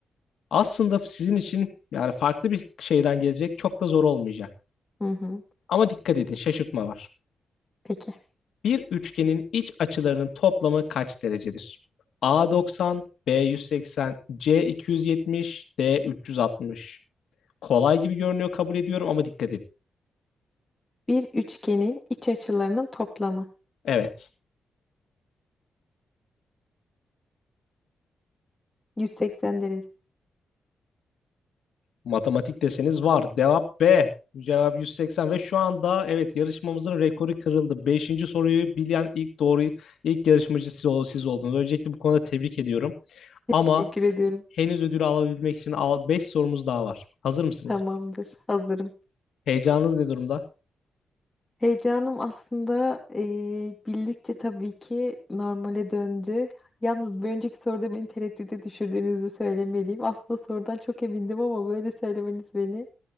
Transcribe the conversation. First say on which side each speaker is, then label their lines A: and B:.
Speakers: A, on the left; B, on the left.
A: Aslında sizin için yani farklı bir şeyden gelecek. Çok da zor olmayacak.
B: Hı hı.
A: Ama dikkat edin şaşırtma var.
B: Peki.
A: Bir üçgenin iç açılarının toplamı kaç derecedir? A 90, B 180, C 270, D 360. Kolay gibi görünüyor kabul ediyorum ama dikkat edin.
B: Bir üçgenin iç açılarının toplamı.
A: Evet.
B: 180 derece.
A: Matematik deseniz var. Cevap B. Cevap 180 ve şu anda evet yarışmamızın rekoru kırıldı. Beşinci soruyu bilen ilk doğru ilk yarışmacı siz, ol- siz oldunuz. Öncelikle bu konuda tebrik ediyorum.
B: Teşekkür
A: Ama
B: ediyorum.
A: henüz ödülü alabilmek için 5 sorumuz daha var. Hazır mısınız?
B: Tamamdır. Hazırım.
A: Heyecanınız ne durumda?
B: Heyecanım aslında eee, bildikçe tabii ki normale döndü. Yalnız bir önceki soruda beni tereddüde düşürdüğünüzü söylemeliyim. Aslında sorudan çok emindim ama böyle söylemeniz beni